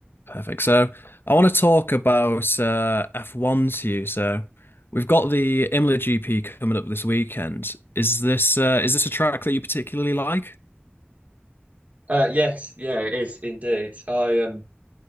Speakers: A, on the left; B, on the right.
A: Perfect. So I want to talk about uh, F1 to you. So we've got the Imola GP coming up this weekend. Is this uh, is this a track that you particularly like?
B: Uh, yes, yeah, it is indeed. I um,